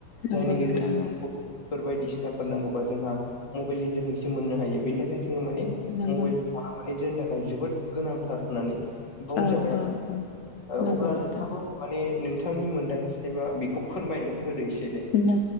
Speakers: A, on the left; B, on the left.
A: नंगौ
B: जायनि गेजेरजों
A: नोंथां औ
B: फोर बायदिसिनाफोर नांगौबा जोंहा मबाइलनि जोहैसो मोननो हायो बेनि थाखाय जोङो माने
A: नंगौ
B: मबाइल फना जोंनि थाखाय जोबोद गोनांथार होननानै बुंजाबाय
A: औ
B: आरो
A: औ औ
B: ओ
A: नंगौ
B: अब्ला
A: नोंथां
B: नोंथाबो
A: औ
B: माने नोंथांनि मोन्दांथिनायबा बेखौ फोरमायनो होदो एसे दे।
A: नों